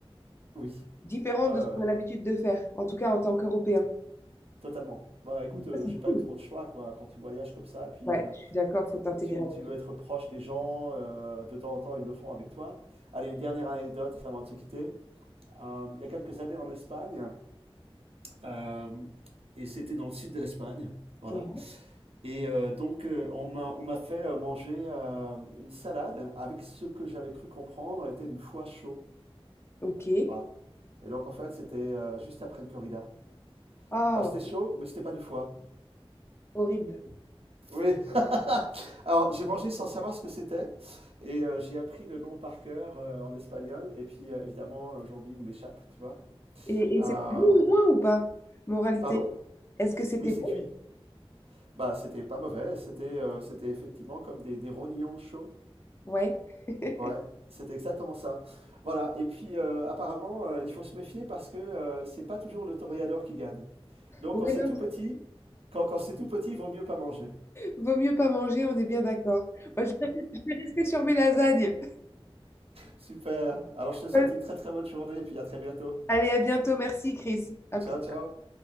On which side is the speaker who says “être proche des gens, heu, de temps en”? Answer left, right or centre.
Right